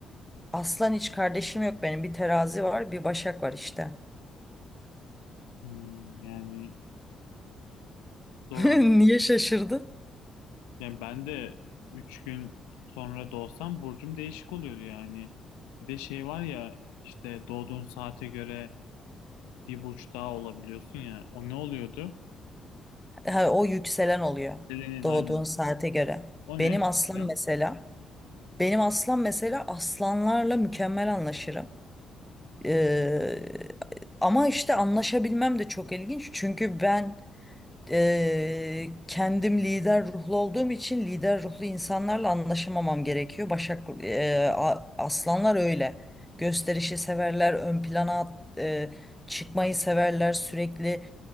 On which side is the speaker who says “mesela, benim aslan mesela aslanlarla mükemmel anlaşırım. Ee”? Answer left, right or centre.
Centre